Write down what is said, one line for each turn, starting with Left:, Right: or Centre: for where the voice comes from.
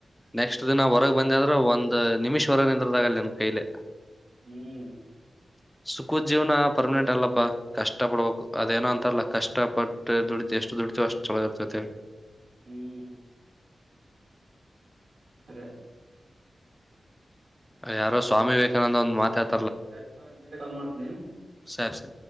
Centre: ನೆಕ್ಸ್ಟ್ ದಿನ ಹೊರಗ್ ಬಂದೆ ಅಂದ್ರ ಒಂದ್ ನಿಮಿಷ್ವರೆಗ ನಿಂದ್ರದಾಗಲ್ಲ ನಿನ್ ಕೈಲೆ.
Right: ಹ್ಮ್
Centre: ಸುಖದ್ಜೀವನ ಪರ್ಮನೆಂಟ್ ಅಲ್ಲಪ ಕಷ್ಟ ಪಡ್ಬೇಕು ಅದೇನೋ ಅಂತಾರಲ್ಲ ಕಷ್ಟ ಪ ಷ್ಟ ದುಡಿತು ಎಷ್ಟು ದುಡಿತು ಅಷ್ಟ ಚೆಳಾಗಿ ಆಗ್ತೈತೆ
Right: ಹ್ಮ್ ಅರೆ
Centre: ಯಾರೋ ಸ್ವಾಮಿ ವಿವೇಕಾನಂದ ಒಂದ್ ಮಾತಾ ಹೇಳ್ತ್
Right: ಸರಿತ ಇ ಕಲ್ ಮಾಡ್ತನಿ.
Centre: ಸರಿ ಸರಿ